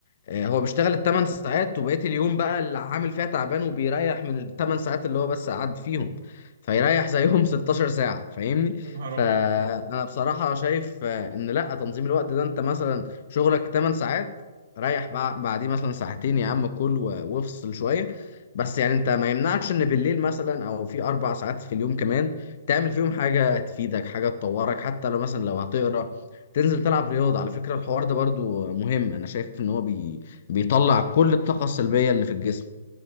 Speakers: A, on the left; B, on the right.
A: آه، هو بيشتغل الثمان ساعات وبقية اليوم بقى اللي عامل فيها تعبان وبيريح من الثمان ساعات اللي هو بس قعد فيهم فيريح زيهم 16 <laughs> ساعة فاهمني
B: يا نهار
A: فأنا
B: ابيض اه
A: بصراحة شايف آه، إن لأ تنظيم الوقت ده أنت مثلا شغلك 8 ساعات ريح بع- بعديه مثلا ساعتين يا عم كل و- وافصل شوية بس يعني أنت ما يمنعش إن بالليل مثلا أو في أربع ساعات في اليوم كمان تعمل فيهم حاجة تفيدك حاجة تطورك حتى لو مثلا لو هتقرأ تنزل تلعب رياضة على فكرة الحوار ده برضو مهم أنا شايف إن هو بي بيطلع كل الطاقة السلبية اللي في الجسم